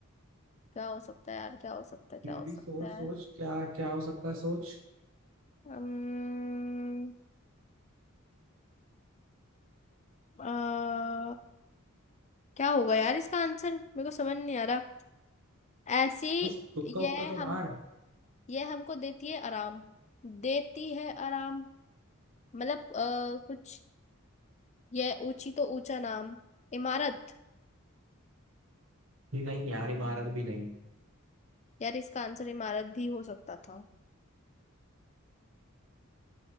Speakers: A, on the left (about 35°); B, on the right (about 70°).
A: क्या हो सकता है यार क्या हो सकता है क्या
B: फिर
A: हो
B: भी
A: सकता
B: सोच सोच
A: है
B: क्या क्या हो सकता है सोच
A: अम्म, अ, क्या होगा यार इसका आंसर मेरे को समझ नहीं आ रहा ऐसी
B: कुछ तुक्का
A: यह
B: उक्का तो मार
A: हम यह हमको देती है आराम देती है आराम मतलब अ, कुछ यह ऊंची तो ऊंचा नाम इमारत
B: नहीं यार इमारत भी नहीं
A: यार इसका आंसर इमारत भी हो सकता था